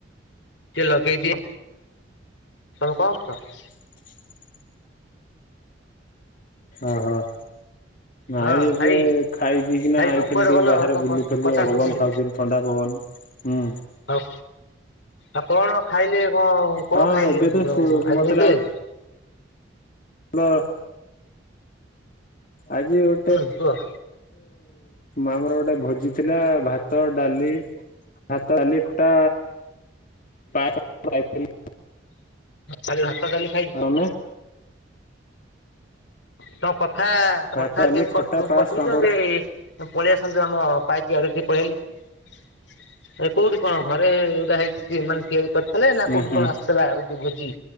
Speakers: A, on the left; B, on the left.
A: ଟିକେ ଲଗେଇଦିଏ <unintelligible>
B: <inaudible> ଅଃ। ନାଇଁ
A: ହଁ
B: ଏବେ
A: ଭାଇ
B: ଖାଇ ପିଇକିନା
A: ଭାଇ
B: ଆଇଥିଲୁ
A: ତମେ କୁଆଡେ
B: ଟିକେ
A: ଗଲ
B: ବାହାରେ
A: ତମ
B: ବୁଲୁଥୁଲୁ
A: କଥା
B: ଆଉ
A: ଶୁଭୁନି
B: ପବନ ଖାଉଥୁଲୁ ଥଣ୍ଡା ପବନ। ହଁ।
A: ଆଉ ଆଉ କଣ ଖାଇଲେ କଣ କଣ
B: ହଁ
A: ଖାଇଲେ
B: ଏବେ
A: ଏମିତି
B: ତ
A: କଣ
B: ସୁ
A: ଆଜି
B: ମତେ
A: ହେଇଥିଲା କି।
B: ହଁ ଆଜି ଗୋଟେ।
A: ହୁଁ କୁହ।
B: ଆମର ଗୋଟେ ଭୋଜି ଥିଲା ଭାତ, ଡାଲି। ଭାତ, ଡାଲି, ଖଟା, ପାସ ଖାଇଥିଲୁ।
A: ଖାଲି ଭାତ ଡାଲି ଖାଇକି।
B: ତମେ
A: ତ କଥା କଥା
B: ଭାତ ଡାଲି
A: କଟଉଛନ୍ତି।
B: ଖଟା ପାସ୍ ପାମ୍ପଡ଼
A: ପଳେଇ ଆସନ୍ତୁ ଆମ ପାଇକି ଆଡେ ଟିକେ ପଳେଇଆଇଲେ। କୋଉଠି କଣ ଘରେ ଏଇଟା ହେଇ ମାନେ ତିଆରି କରିଥିଲେ ନା
B: ଉଁ
A: କୋଉଠି
B: ହୁଁ
A: କଣ ଆସିଥିଲା ହଉଚି ଭୋଜି?।